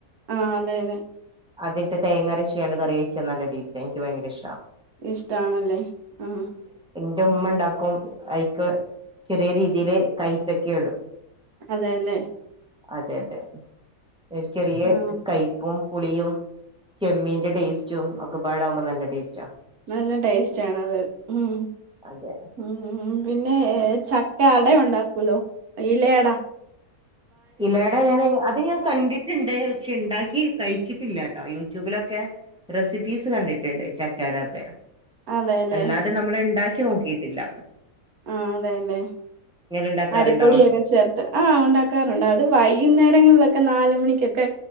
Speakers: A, on the right; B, in the centre.
A: ആ അതെ അതെ
B: അതിട്ട് തേങ്ങരച്ചാണ്ട് കറി വെച്ചാ നല്ല ടേസ്റ്റാ എനിക്ക് ഭയങ്കര ഇഷ്ടാ
A: ഇഷ്ടണല്ലേ ആഹ്
B: ന്റുമ്മണ്ടാക്കും അയ്ക്ക് ചെറിയ രീതി തില് കൈപക്ക ഇടും
A: അതേല്ലേ
B: അതെ അതെ ഒരു ചെറിയ
A: ആഹ്
B: കയ്പ്പും പുളിയും ചെമ്മീന്റെ ടേസ്റ്റും ഒക്കെപാടാകുമ്പം നല്ല ടേസ്റ്റ്
A: നല്ല ടേസ്റ്റാണത് ഉം
B: അതെ
A: ഊം പിന്നെ ഏ ച അട ഉണ്ടാക്കൂലോ ഇലേട
B: ഇലേട ഞാന്‌ അത് ഞാൻ കണ്ടി ട്ട്ണ്ട് പക്ഷെ ഇണ്ടാക്കി കഴിച്ചിട്ടില്ല കെട്ടോ യൂട്യൂബിലൊക്കെ റെസിപ്പീസ് കണ്ടിട്ട്ണ്ട് ചക്കേടൊക്കെ
A: അതെല്ലേ
B: അല്ലാതെ നമ്മള് ണ്ടാക്കി നോക്കിട്ട് ഇല്ല
A: ആ അതേലെ
B: ഉണ്ടാക്കാറുണ്ടോ
A: അരിപ്പൊടിയൊക്കെ ചേർത്ത് ആ ഒണ്ടാക്കാറുണ്ട് അത് വൈകുന്നേരങ്ങളിലൊക്കെ നാല് മണിക്കൊക്കെ